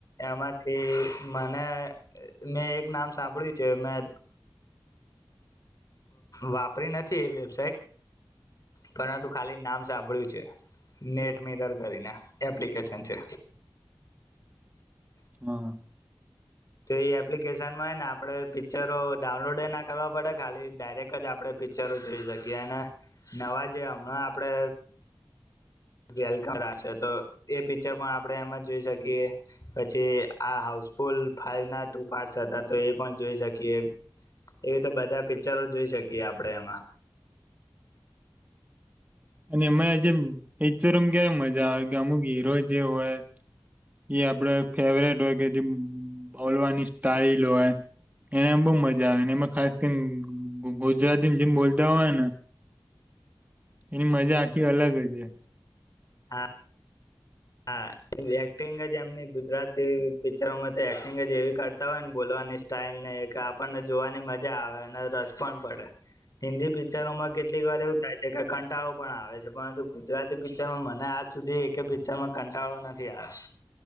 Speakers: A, on the left; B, on the right.
A: એમાંથી મને મેં એક નામ સાંભળ્યું છે મેં વાપરી નથી એ વેબસાઇટ પરંતુ ખાલી નામ સાંભળ્યું છે નેટ મિરર કરીને એપ્લિકેશન છે.
B: હા
A: તો એ એપ્લિકેશનમાં ને આપણે પિક્ચરો ડાઉનલોડ ના કરવા પડે ખાલી ડાયરેક્ટ જ આપણે પિક્ચરો જોઈ શકીએ અને નવા જે હમણાં આપણે વેલકમ રાખશે તો એ પિક્ચર પણ આપણે એમાં જોઈ શકીએ પછી આ હાઉસફુલ ફાઈવ ના ટુ પાર્ટ્સ હતા તો એ પણ જોઈ શકીએ એવી તો બધા પિક્ચરો જોઈ શકીએ આપણે એમાં.
B: અને એમાં જે પિક્ચરોમાં ક્યારે મજા આવે કે અમુક હીરો જે હોય એ આપડ ફેવરેટ હોય કે જે બોલવાની સ્ટાઈલ હોય એને બહ મજા આવે એમાં ખાસ કરીને ગુજરાતી જેમ બોલતા હોય ને એની મજા આખી અલગ હ છે.
A: હા હા એક્ટિંગ જ એમની ગુજરાતી પિક્ચરોમાં તો એક્ટિંગ જ એવી કરતા હોય ને બોલવાની સ્ટાઈઇલ ને કે આપણને જોવાની મજા આવે અને રસ પણ પડે હિન્દી પિકચ ચરોમાં કેટલીક વાર એવું થાય છે કે કંટાળો પણ આવે છે પરંતુ ગુજરાતી પિક્ચરમાં મને આજ સુધી એક પિકર અચારમાં કંટાળો નથી આવ્યો.